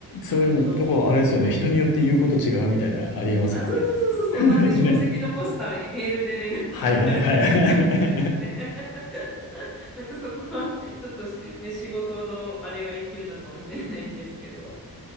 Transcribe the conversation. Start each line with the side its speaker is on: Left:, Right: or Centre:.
Left: そういうのとこ、
Centre: あと、
Left: あれですよね。
Centre: うん
Left: 人によって言うこと違うみたいな、ありえますよね。
Centre: あ、そうそうそうそうそう、
Left: <laughs>
Centre: なんで、
Left: ね。
Centre: 証跡残すためにメールで連絡取り合ったりとかしたりして、
Left: はいはいはい。
Centre: <laughs> なんかそこは、ちょっとしね、仕事のあれが生きるのかもしれないんですけど。